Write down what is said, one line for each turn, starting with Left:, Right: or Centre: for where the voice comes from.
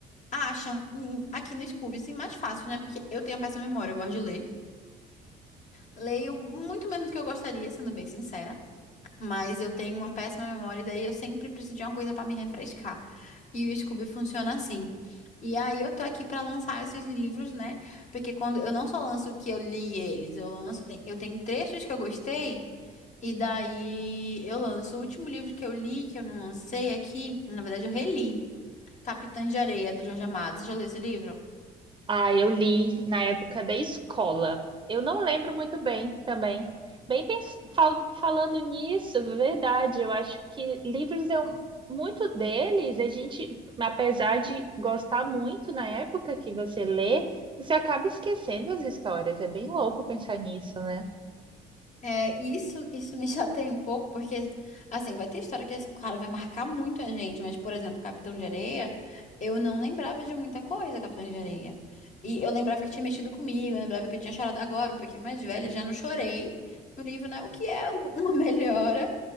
Left: Acha, em- aqui no Scoob, sim mais fácil, né? Porque eu tenho a péssima memória, eu gosto de ler. Leio muito menos do que eu gostaria, sendo bem sincera. Mas eu tenho uma péssima memória, e daí eu sempre preciso de uma coisa pra me refrescar. E o Scoob funciona assim. E aí eu tô aqui pra lançar esses livros, né? Porque quando eu não só lanço que eu li eles, eu lanço, tem- eu tenho trechos que eu gostei. E daí eu lanço o último livro que eu li, que eu não lancei aqui, na verdade eu reli, Capitã de Areia, do Jorge Amado. Você já leu esse livro?
Right: Ah, eu li na época da escola. Eu não lembro muito bem também. Bem, pens- fal- falando nisso, verdade, eu acho que livros eu muito deles, a gente, apesar de gostar muito na época que você lê, você acaba esquecendo as histórias. É bem louco pensar nisso, né?
Left: É, e isso, isso me <laughs> chateia um pouco, porque, assim, vai ter história que, claro, vai marcar muito a gente, mas, por exemplo, Capitão de Areia, eu não lembrava de muita coisa, Capitão de Areia. E eu lembrava que tinha mexido comigo, eu lembrava que eu tinha chorado agora, um pouquinho mais velha, já não chorei no livro, né? O que é <laughs> uma melhora.